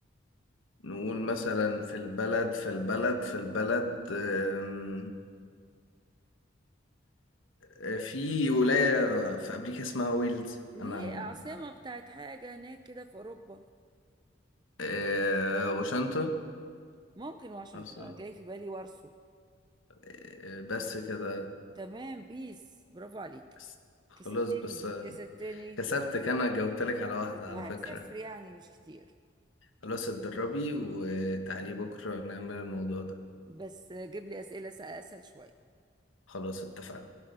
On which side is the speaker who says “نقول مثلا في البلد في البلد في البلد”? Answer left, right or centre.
Left